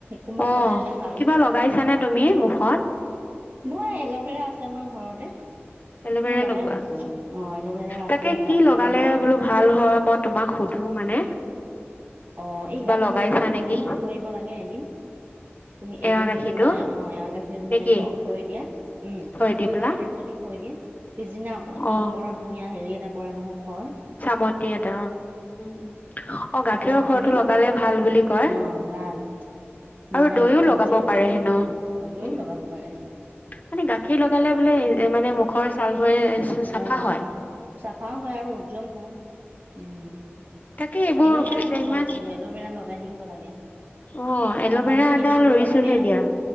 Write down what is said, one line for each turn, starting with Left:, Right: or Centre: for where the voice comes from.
Right: কোমল
Left: অ
Right: হৈ যায় যে ছাল
Left: কিবা
Right: টো।
Left: লগাইছানে তুমি মুখত?
Right: মই এল'ভেৰা আছে আমাৰ ঘৰতে,
Left: এল'ভেৰা
Right: মই লগাই
Left: লগোৱা
Right: থাকো। অ', এল'ভেৰা আকৌ
Left: তাকে
Right: এই
Left: কি
Right: গাখীৰ
Left: লগালে
Right: যে।
Left: বোলো ভাল হয় মই তোমাক সুধো মানে।
Right: অ', এই
Left: কিবা
Right: গাখীৰ
Left: লগাইছা
Right: যে,
Left: নেকি
Right: গাখীৰ থৈ দিব লাগে এদিন। তুমি
Left: এৱা
Right: এদিন
Left: গাখীৰটো
Right: যদি মানে অ', এৱা গাখীৰ
Left: নেকি
Right: মানে গ থৈ দিয়া উম,
Left: থৈ দি
Right: দৈ
Left: পেলা
Right: কাৰণে যদি থৈ দিয়ে পিছদিনা আকৌ একে
Left: অ
Right: ওপৰত ধুনীয়া হেৰি এটা পৰে নহয় সৰ
Left: চামতি এটা অ', উম, উম, অ', গাখীৰৰ
Right: ওপৰৰ
Left: সৰটো
Right: খিনি
Left: লগালে ভাল বুলি কয়।
Right: অ' ভাল মানে
Left: আৰু দৈও
Right: উজ্জ্বল
Left: লগাব পাৰে
Right: হয়।
Left: হেনো
Right: অ' দৈ
Left: উম।
Right: লগাব পাৰে
Left: মানে গাখীৰ লগালে বোলে মানে মুখৰ ছালবোৰে চ-চাফা
Right: অ',
Left: হয়।
Right: চাফাও হয়, আৰু উজ্জ্বল হয়, উম।
Left: তাকে এইবোৰ
Right: এল'ভেৰাটো
Left: এতিয়া
Right: ভাল
Left: ইমান
Right: কিন্তু, এল'ভেৰা লগাই থাকিব লাগে।
Left: অ', এল'ভেৰা
Right: আমাৰ কিনাবোৰতকে
Left: এডাল ৰুইছোহে দিয়া,